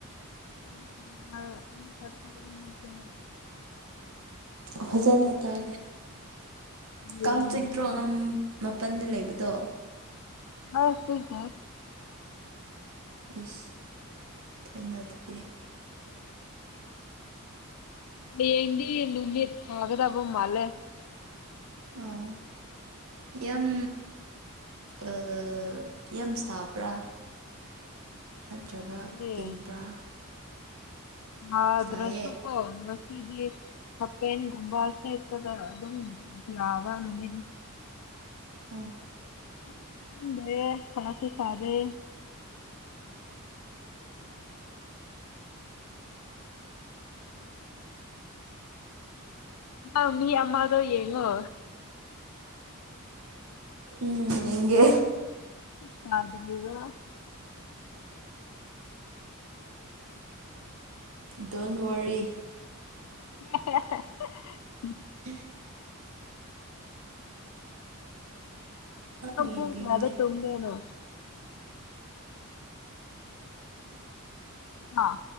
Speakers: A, on the left; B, on the right.
A: <unintelligible>
B: ꯐꯖꯅ ꯇꯥꯗꯦ
A: ꯍꯌꯦꯡꯗꯤ
B: ꯀꯥꯡ ꯆꯤꯛꯇ꯭ꯔꯣ ꯅꯪ ꯃ ꯄꯥꯟꯗ ꯂꯩꯕꯗꯣ
A: ꯑꯥ ꯆꯤꯛꯇꯦ
B: ꯏꯁ ꯐꯥꯏꯅꯗꯨꯗꯤ
A: ꯌꯦꯡꯗꯤ ꯅꯨꯃꯤꯠ ꯐꯥꯒꯗꯕ ꯃꯥꯜꯂꯦ <inaudible>
B: ꯑꯥ ꯌꯥꯝ ꯑꯥ ꯌꯥꯝ ꯁꯥꯕ꯭ꯔꯥ
A: <inaudible>
B: ꯅꯠꯇ꯭ꯔꯒ
A: ꯃꯥꯜꯂꯦ
B: ꯏꯪꯕ꯭ꯔꯥ
A: ꯍꯥꯗ꯭ꯔꯁꯨꯨ
B: ꯁꯥꯏꯌꯦ
A: ꯀꯣ ꯉꯁꯤꯗꯤ ꯁꯥꯕꯦꯟꯒꯨꯝꯕ ꯁꯦꯠꯇꯗ ꯑꯗꯨꯝ ꯌꯥꯕ ꯅꯨꯃꯤꯠꯅꯤ
B: ꯎꯝ
A: <unintelligible> ꯉꯁꯤ ꯁꯥꯗꯦ ꯑꯥ ꯃꯤ ꯑꯃꯗꯣ ꯌꯦꯡꯉꯣ
B: ꯎꯝ ꯌꯦꯡꯒꯦ
A: ꯁꯥꯗꯔꯤꯔ
B: ꯗꯣꯟꯋꯥꯔꯤ
A: <inaudible>
B: <inaudible> ꯍꯦꯟꯅ
A: ꯅꯪ ꯄꯨꯡ
B: ꯌꯦꯡꯕꯤꯕꯅꯦ
A: ꯀꯌꯥꯗ ꯇꯨꯝꯗꯣꯏꯅꯣ ꯑꯥ